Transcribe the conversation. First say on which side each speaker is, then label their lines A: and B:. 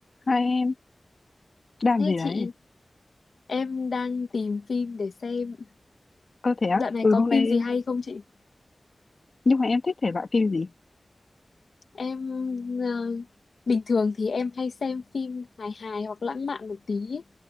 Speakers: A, on the left (about 50°); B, on the left (about 75°).
A: Hai em làm
B: Thế
A: gì
B: chị,
A: đấy?
B: em đang tìm phim để xem.
A: Ơ thế
B: Dạo
A: á?
B: này
A: Ừ
B: có
A: hôm nay
B: phim gì hay không chị?
A: nhưng mà em thích thể loại phim gì?
B: Em ờ, bình thường thì em hay xem phim hài hài hoặc lãng mạn một tí, ấy,